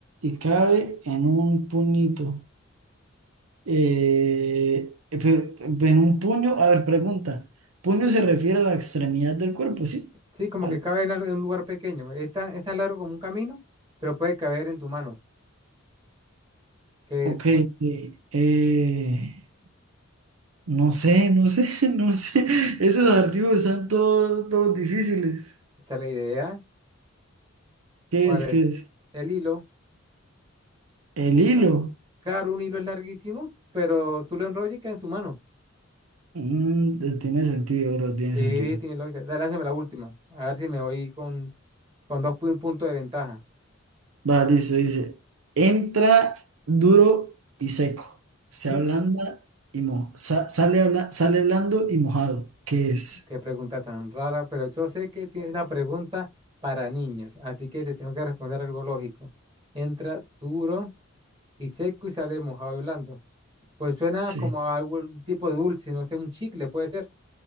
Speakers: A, on the right (about 80°); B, on the right (about 20°).
A: y cabe en un puñito. Eh, pero, en un puño, a ver, pregunta. Puño se refiere a la extremidad del cuerpo, ¿sí?
B: Sí, como
A: Al-
B: que cabe en al- en un lugar pequeño. Es tan, es tan largo como un camino, pero puede caber en tu mano. ¿Qué
A: ok.
B: es?
A: eh, eh, no sé, no sé, <laughs> no sé. Esos adjetivos están todos, todos difíciles.
B: Esa es la idea.
A: ¿Qué
B: ¿Cuál
A: es? ¿Qué
B: es?
A: es?
B: El hilo.
A: El
B: El, hi-
A: hilo.
B: claro, un hilo es larguísimo, pero tú lo enrollas y queda en tu mano.
A: Mm, te- tiene sentido, bro, tiene
B: Sí,
A: sentido.
B: tiene lógica. Dale, hazme la última. A ver si me voy con, con dos pu- puntos de ventaja.
A: Vale, listo, dice. Entra duro y seco. Se
B: <laughs>
A: ablanda y mo sale, habla- sale blando y mojado. ¿Qué es?
B: Qué pregunta tan rara, pero yo sé que tiene una pregunta para niños, así que te tengo que responder algo lógico. Entra duro y seco y sale mojado y blando. Pues suena
A: Sí.
B: como a algún tipo de dulce, no sé, un chicle puede ser.